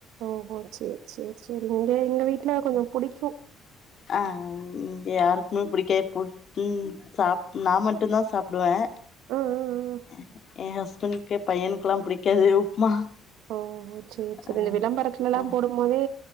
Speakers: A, on the right (about 85°); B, on the left (about 45°).
A: ஓ ஓ சேரி சேரி சேரி இங்க எங்க வீட்ல கொஞ்சம் புடிக்கும்
B: அ இங்க யாருக்குமே புடிக்கவே புட் ம் சாப் நா மட்டுந்தா சாப்புடுவே
A: ம் ம் ம்
B: அ அ என் ஹஸ்பண்ட்க்கு பையனுக்குல்லா பிடிக்காது உப்மா
A: <unintelligible> சேரி சேரி
B: ஆ
A: இந்த விளம்பரத்துலல்லா
B: ஆ
A: போடும் மோதே